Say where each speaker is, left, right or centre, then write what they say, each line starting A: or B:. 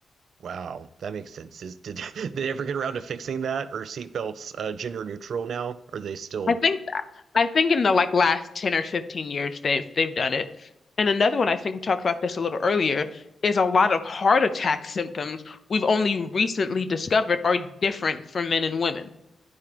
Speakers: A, on the right; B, on the left.
A: wow, that makes sense. Is did, <laughs> did they ever get around to fixing that? Are seatbelts uh, gender neutral now? Are they still?
B: I think I think in the like last 10 or 15 years they've they've done it. And another one I think we talked about this a little earlier is a lot of heart attack symptoms we've only recently discovered are different for men and women.